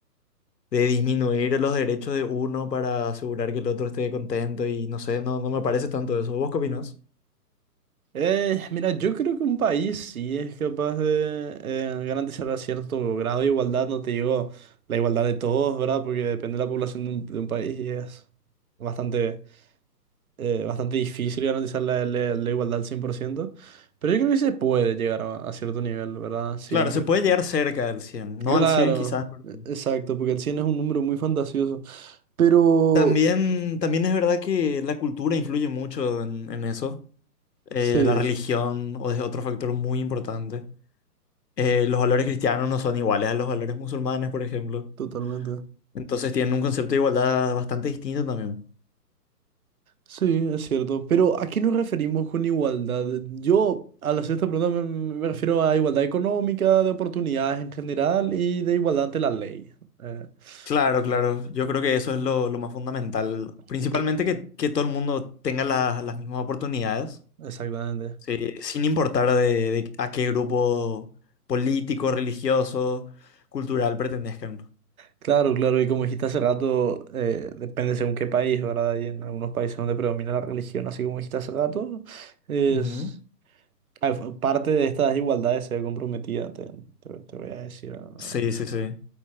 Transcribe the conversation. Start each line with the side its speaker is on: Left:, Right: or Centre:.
Left: de disminuir los derechos de uno para asegurar que el otro esté contento y no sé, no, no me parece tanto eso. ¿Vos qué opinás?
Right: Eh, mira, yo creo que un país sí es capaz de eh, garantizar a cierto grado de igualdad, no te digo la igualdad de todos, ¿verdad? Porque depende de la población de un, de un país y es bastante eh, bastante difícil garantizar la, la- la igualdad al 100%, pero yo creo que sí se puede llegar a, a cierto nivel, ¿verdad? Sin
Left: Claro, se
Right: re-
Left: puede llegar cerca del cien
Right: Claro,
Left: no al 100 quizás, pero...
Right: e- exacto, porque el 100 es un número muy fantasioso, pero
Left: También, también es verdad que la cultura influye mucho en, en eso. Eh,
Right: sí,
Left: la religión o es otro factor muy importante. Eh, los valores cristianos no son iguales a los valores musulmanes, por ejemplo.
Right: totalmente.
Left: Entonces tienen un concepto de igualdad bastante distinto también.
Right: Sí, es cierto, pero ¿a qué nos referimos con igualdad? Yo a la sexta pregunta me, me refiero a igualdad económica, de oportunidades en general y de igualdad ante la ley. Eh,
Left: Claro, claro.
Right: eh,
Left: Yo creo que eso es lo, lo más fundamental.
Right: cl-
Left: Principalmente que, que todo el mundo tenga las las mismas oportunidades,
Right: exactamente.
Left: sí, sin importar de, de a qué grupo político, religioso, cultural pertenezcan.
Right: Claro, claro, y como dijiste hace rato, eh, depende según qué país, ¿verdad? Y en algunos países donde predomina la religión, así como dijiste hace rato, es
Left: Ujú.
Right: ah, f- parte de estas desigualdades se ve comprometida, te, te- te voy a decir ahora.
Left: Sí, sí, sí.